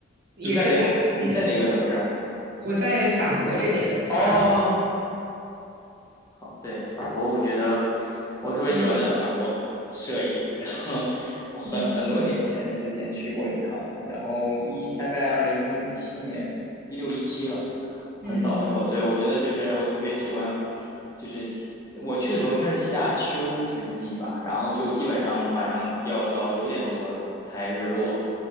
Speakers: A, on the right (about 50°); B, on the left (about 15°).
A: 也是来这边
B: 你在北，你在哪个城市啊
A: 我在法国这边，
B: 哦，
A: 法国。
B: 好，对，法国，我觉得我特别喜欢在法国摄影，
A: 嗯
B: 然后我很很多年前之前去过一趟，
A: 嗯
B: 然后一大概二零一七年一六一七了，
A: 嗯，
B: 很早的时候，对，我觉得就是我特别喜欢，就是我去的时候应该是夏秋之际吧，然后就基本上晚上要到九点多才日落，